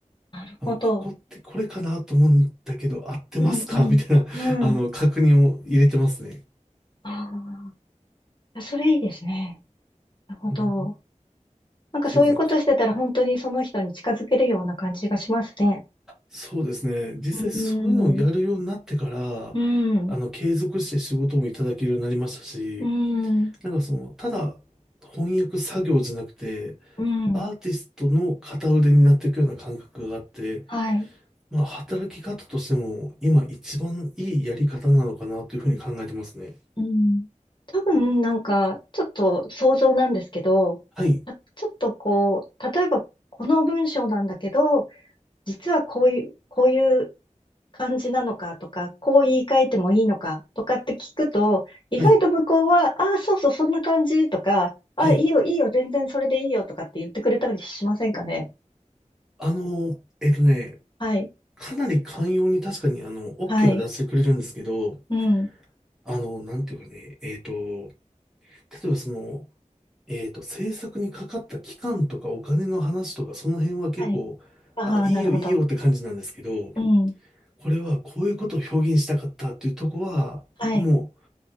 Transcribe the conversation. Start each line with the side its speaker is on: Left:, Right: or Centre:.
Left: あ、なるほど。
Centre: あの、ここってこれかなと思うんだけど、合ってますか
Left: うん、うん、
Centre: <laughs> みたいな、
Left: うん。
Centre: あの、確認を入れてますね。
Left: ああ、それいいですね。なるほど。
Centre: うん
Left: なんかそういうことしてたら本当にその人に近づけるような感じがしますね。
Centre: そうですね。そうですね。実際そういうのをやるようになってから、
Left: うん。うん、
Centre: あの、継続して仕事もいただけるようになりましたし、
Left: うん、
Centre: なんかその、ただ翻訳作業じゃなくて、
Left: うん、
Centre: アーティストの片腕になっていくような感覚があって、
Left: はい。
Centre: まあ、働き方としても今一番いいやり方なのかなというふうに考えてますね。
Left: うん。多分なんか、ちょっと想像なんですけど、
Centre: はい、
Left: あちょっとこう、例えばこの文章なんだけど、実はこういう、こういう感じなのかとか、こう言い換えてもいいのかとかって聞くと、意外と向こうは、
Centre: はい、
Left: ああ、そうそう、そんな感じとか、ああ、
Centre: はい。
Left: いいよ、いいよ、全然それでいいよとかって言ってくれたりしませんかね。
Centre: あの、えっとね、
Left: はい、
Centre: かなり寛容に確かにあの、OK
Left: はい、
Centre: は出してくれるんですけど、
Left: うん、
Centre: あの、なんていうかね、えっと、例えばその、えっと、制作にかかった期間とかお金の話とかその辺は結構、
Left: はい。ああ、
Centre: あ、いいよいいよって感じなんですけど、
Left: なるほど。うん、
Centre: これはこういうことを表現したかったっていうとこは、
Left: はい。
Centre: もう